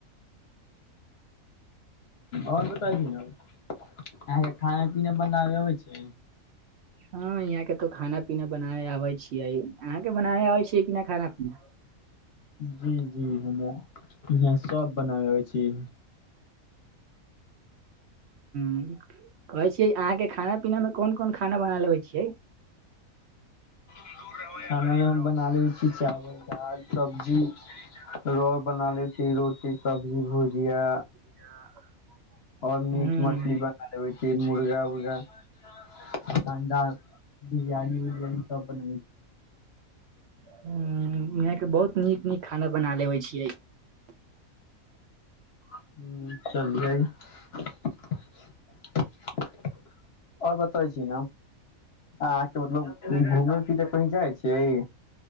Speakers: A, on the left; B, on the right.
A: आओर बताै छी ने यहाँकेँ खाना पीना बनाब अबै छै
B: हँ यहाँकेँ तो खाना पीना बनाबे आबै छियै अहाँकेँ बनाबे आबै छियै कि नै खाना पीना
A: <inaudible> जी जी हमों यहाँ सब बनाबै आब छियै
B: <unintelligible> कहै छियै अहाँकेँ खाना पीना मे कोन कोन खाना बना लेबै छियै
A: <unintelligible> खानामे हम बना लैत छी चावल दाल सब्जी रो बना ले छी रोटी सब्जी भुजिया
B: <unintelligible>
A: और मीट
B: ह
A: मछली बना लेबै मुर्गा उर्गा <unintelligible> अंडा <inaudible> बिरयानी उरियानी सब बनाबे छियै
B: <unintelligible> यहाँकेँ बहुत नीक नीक खाना बना लेबै छियै
A: <unintelligible> <inaudible> और बतै छी न अहाँकेँ मतलब घूम फिर कही जाइ छियै